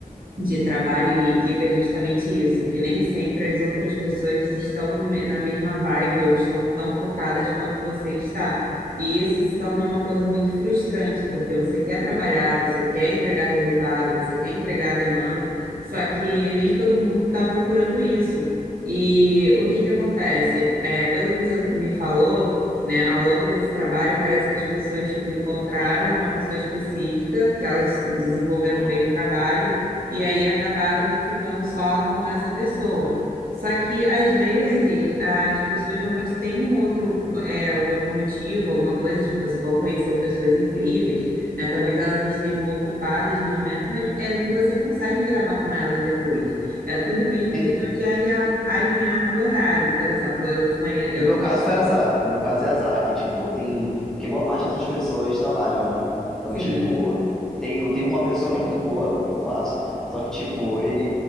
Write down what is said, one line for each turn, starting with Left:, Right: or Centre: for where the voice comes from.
Right: de trabalho em equipe é justamente isso, que nem sempre as outras pessoas estão no me- na mesma vibe ou estão tão focadas quanto você está. E isso se torna uma coisa muito frustrante, porque você quer trabalhar, você quer entregar resultado, você quer entregar a demanda, só que nem todo mundo está procurando isso. E o que que acontece? É, pelo que você me falou, né, ao longo desse trabalho, parece que as pessoas, tipo, encontraram uma pessoa específica, que elas desenvolveram bem o trabalho, e aí acabaram ficando só com essa pessoa. Só que às vezes as pessoas realmente têm um outro, é, um outro motivo, alguma coisa, tipo, você vai conhecer pessoas incríveis, né? Talvez elas estejam ocupadas no momento, mas é o que você consegue gravar com elas depois. É tudo mesmo
Centre: Sim.
Right: questão de alinhar, alinhar o horário. Por exemplo, eu conheço, eu,
Centre: No meu caso foi azar. No meu caso é azar, que, tipo, tem. Porque boa parte dessas pessoas trabalham, né? Então,
Right: sim,
Centre: tipo, tem, tem uma pessoa que é muito boa, que eu faço, só que, tipo, ele,